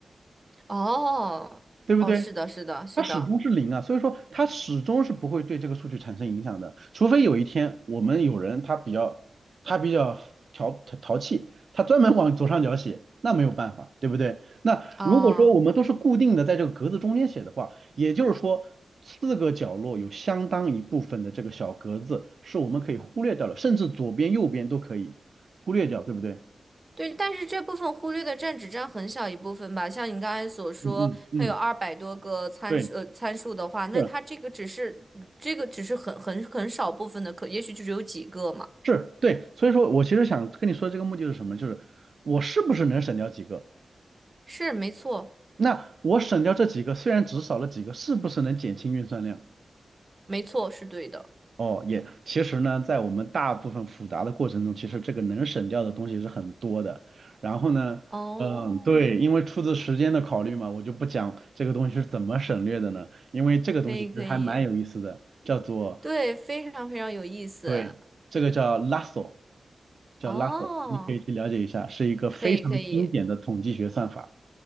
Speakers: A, on the right; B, on the right.
A: 哦，
B: 对不对？
A: 哦，是的，是的，是的，
B: 它始终是零啊，所以说它始终是不会对这个数据产生影响的，除非有一天我们有人他比较他比较淘淘气，他专门往左上角写，那没有办法，对不对？那如果说我们都是固定的在这个格子中间写的话，
A: 啊，
B: 也就是说四个角落有相当一部分的这个小格子是我们可以忽略掉了，甚至左边右边都可以忽略掉，对不对？
A: 对，但是这部分忽略的占只占很小一部分吧。像你刚才所说，
B: 嗯嗯嗯，
A: 它有二百多个参数，
B: 对。
A: 呃，参数的话，那它这个只是这个只是很很很少部分的可，
B: 是。
A: 也许就只有几个嘛。
B: 是对，所以说我其实想跟你说这个目的是什么，就是我是不是能省掉几个？
A: 是，没错，
B: 那我省掉这几个，虽然只少了几个，是不是能减轻运算量？
A: 没错，是对的。
B: 哦，也其实呢，在我们大部分复杂的过程中，其实这个能省掉的东西是很多的。然后呢，
A: 哦，
B: 嗯，对，因为出自时间的考虑嘛，我就不讲这个东西是怎么省略的呢，因为这个东西其实还蛮有意思的，
A: 可以，可以，
B: 叫做
A: 对，非常非常有意思。
B: 对，这个叫 Lasso，叫
A: 哦，
B: Lasso，你可以去了解一下，是一个非常经典的统计学算法。
A: 可以，可以。